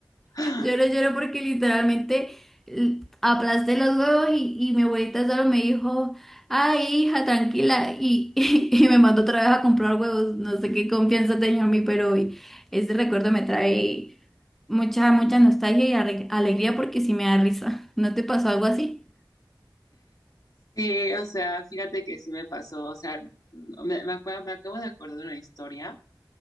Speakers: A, on the left; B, in the centre.
A: <laughs>
B: lloré, lloré porque literalmente l- aplasté los huevos y, y mi abuelita solo me dijo, ay hija, tranquila y, <laughs> y, me mandó otra vez a comprar huevos. No sé qué confianza tenía en mí, pero hoy ese recuerdo me trae... Mucha, mucha nostalgia y arre- alegría porque sí me da risa. <laughs> ¿No te pasó algo así?
A: Sí, o sea, fíjate que sí me pasó, o sea, me, me acuerdo, me acabo de acordar de una historia